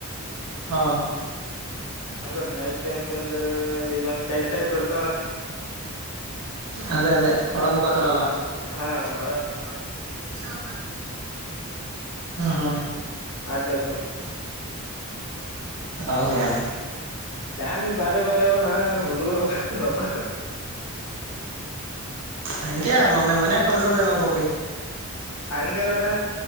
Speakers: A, on the right; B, on the left.
A: ಹಾ
B: ಅಂದ್ರ ನೈಟ್ ಕ್ಯಾಂಪ್ ಅಂದ್ರೆ ಈ ಒಂದ್ ಟೆಂಟ್ ಟೈಪ್ ಇರ್ತ
A: ಅದೇ ಅದೇ ಒಳ ಮುಖಾ ತರಲ್ಲ
B: ಹಾ ಒೆ ಮ
A: ಹಾ ಹಾ
B: ಆ ಟೈಪ್
A: ಹೌದಾ
B: ನ್ ಬಾರೆ ಬಾರೆ ಅವಣ ಹುಡುಗರು ಸೊಪ್ಪ
A: ನಿಂಗೆ ಮಮ್ಮೆ ಮನ ಕಳಸೋದೆಲ್ಲ ಹಬ್ಬ
B: ಹಂಗಲ್ಲಣ್ಣ